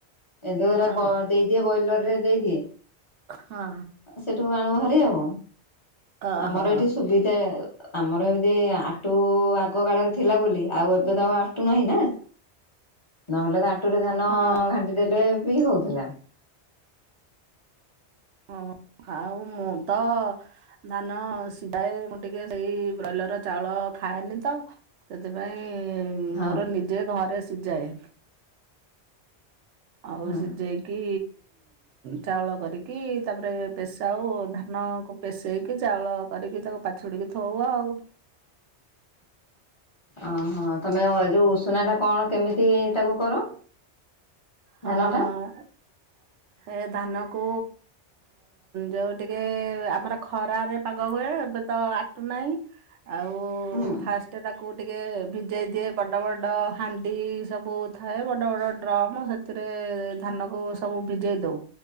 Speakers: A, on the left; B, on the right.
A: ଏକାଥରେ
B: ହଁ।
A: ଦେଇଦିଏ ବଇଲର ରେ ଦେଇଦିଏ।
B: ହଁ।
A: ସେଠୁ ଆଣୁ ହାରି ଆଉ
B: ଓହୋ
A: ଆମର ଏଇଠି ସୁବିଧା। ଆମର ଏମିତି ଆଟୁ ଆଗ କାଳରେ ଥିଲା ବୋଲି ଆଉ ଏବେ ତ ଆଉ ଆଟୁ ନାହିଁ ନା। ନହେଲେ ତାଟୁରେ ଧାନ
B: ହଁ
A: ଘାଣ୍ଟି ଦେଲେ ବି ହଉଥିଲା।
B: ହଁ। ଆଉ ମୁଁ ତ ଧାନ ସିଝାଏ ମୁଁ ଟିକେ ସେଇ ବଇଲର ଚାଉଳ ଖାଏନି ତ ସେଥିପାଇଁ
A: ହଁ
B: ମୋର ନିଜେ ଘରେ ସିଝାଏ। ଆଉ
A: ହଁ
B: ସେ ଯାଇକି ଚାଉଳ କରିକି ତାପରେ ପେଶାଉ ଧାନକୁ ପେଷେଇକି ଚାଉଳ କରିକି ତାକୁ ପାଛୁଡିକି ଥଉ ଆଉ।
A: ଓହୋ ତମେ ଯୋଉ ଉଷୁନା ଟା କଣ କେମିତି ତାକୁ କର?
B: ହଁ
A: ଧାନଟା
B: ଏ ଧାନ କୁ ଯୋଉ ଟିକେ ଆମର ଖରାରେ ପାଗ ହୁଏ ଏବେ ତ ନାଇଁ ଆଉ
A: ହୁଁ
B: ଫାଷ୍ଟ ତାକୁ କୁ ଟିକେ ଭିଜେଇ ଦିଏ ବଡ ବଡ ହାଣ୍ଡି ସବୁ ଥାଏ ବଡ ବଡ ଡ୍ରମ୍। ସେଥିରେ ଧାନ କ ସବୁ ଭିଜେଇ ଦଉ